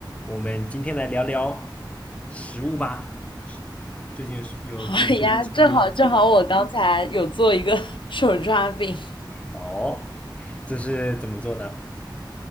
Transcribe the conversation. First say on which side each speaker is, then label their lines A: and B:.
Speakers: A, on the left (about 15°); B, on the left (about 80°).
A: 我们今天来聊聊食物吧。最近是有做什么好吃的吗？
B: 好呀，正好正好，我刚才有做一个 <laughs> 手抓饼，
A: 哦，这是怎么做的？